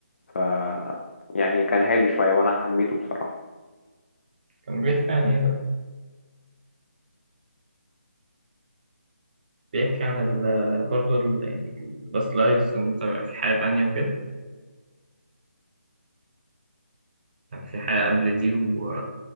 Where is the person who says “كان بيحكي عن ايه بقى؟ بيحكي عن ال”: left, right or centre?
Right